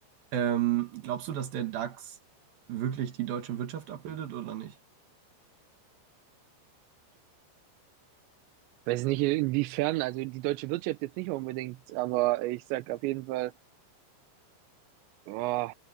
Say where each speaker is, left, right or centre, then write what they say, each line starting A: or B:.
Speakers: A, on the right; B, on the right.
A: ähm, glaubst du, dass der DAX wirklich die deutsche Wirtschaft abbildet oder nicht?
B: Weiß nicht, inwiefern, also die deutsche Wirtschaft jetzt nicht unbedingt, aber ich sag auf jeden Fall, oh,